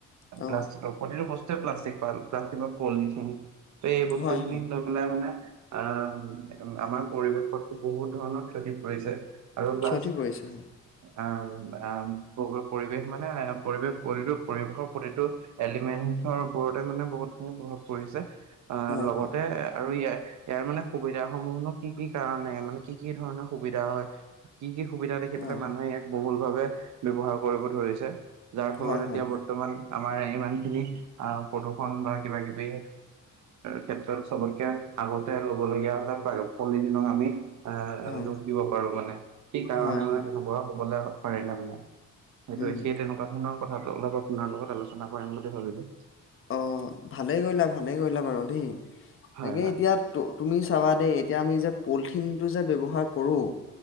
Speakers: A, on the left; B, on the right.
A: অ
B: প্লাষ্টিক প্ৰতিটো বস্তুেৱে প্লাষ্টিক প্লাষ্টিক পলিথিন। এই বস্তু
A: হয়
B: হ'লে
A: হয়
B: মানে আহ আমাৰ পৰিৱেশতো বহুত ধৰণৰ খতি কৰিছে। আৰু প্লাছ
A: ক্ষতি পৰিছে হয়
B: আহ' পৰিৱেশ মানে পৰিৱেশ প্ৰতিটো পৰিৱেশৰ প্ৰতিটো এলিমেন্টছৰ ওপৰতে মানে বহুত খিনি প্ৰভাৱ পৰিছে। আ
A: হয়
B: লগতে
A: হয়
B: আৰু ইয় ইয়াৰ মানে সুবিধা সমূহক কি কি কাৰনে মানে কি কি ধৰণৰ সুবিধা হয়। কি কি সুবিধা দেখি
A: হয়
B: পেলাই মানুহে ইয়াক বহুল ভাৱে ব্যৱহাৰ কৰিব ধৰিছে। যাৰ ফলত
A: হয়
B: এতিয়া
A: হয়
B: বৰ্তমান আমাৰ ইমান খিনি আহ প্ৰদূষন বা কিবা কিবি ক্ষেত্ৰত চবতকে আগতে ল'বলগীয়া হ'লে পলিথিনক আমি এ
A: হয়
B: দোষ দিব পাৰো মানে কি কাৰণে
A: হয়
B: মানে
A: হয়
B: তেনেকুৱা হ'বলৈ পাৰিলে মানে। সেইটোৱই,
A: উম
B: সেই তেনেকুৱা ধৰণৰ কথাটো অলপ আপোনাৰ লগত আলোচনা কৰিম বুলি ভাবিলে।
A: অ', ভালেই কৰিলা ভালে কৰিলা আৰু দেই। তাকে
B: হয় হয়
A: এতিয়া তুমি চাবা দেই এতিয়া আমি যে পলিথিনটো যে কৰোঁ।